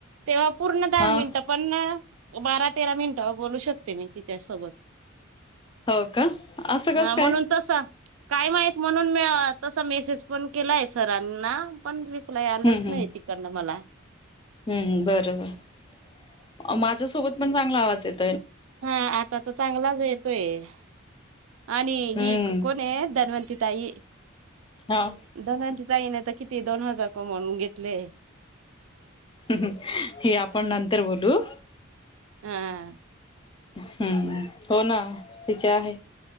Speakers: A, on the right; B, on the left.
A: तेव्हा पूर्ण दहा
B: हा
A: मिनिटं पण बारा तेरा मिनिटं बोलू शकते मी तिच्यासोबत
B: हो का असं कसं
A: हा म्हणून
B: काय
A: तसा काय माहीत म्हणून मी तसा मेसेज पण केलाय सरांना पण रिप्लाय आलाच
B: हम्म हम्म
A: नाही तिकडनं मला
B: हम्म बरोबर माझ्यासोबत पण चांगला आवाज येत
A: हा आता तर चांगलाच येतोय आणि
B: हम्म
A: ही कोण आहे धन्वंती ताई
B: हा
A: धन्वती जाई नाही तर किती दोन हजार कमून घेतले
B: हम हम हे आपण नंतर बोलू
A: हा
B: हम्म हो ना त्याच्या आहे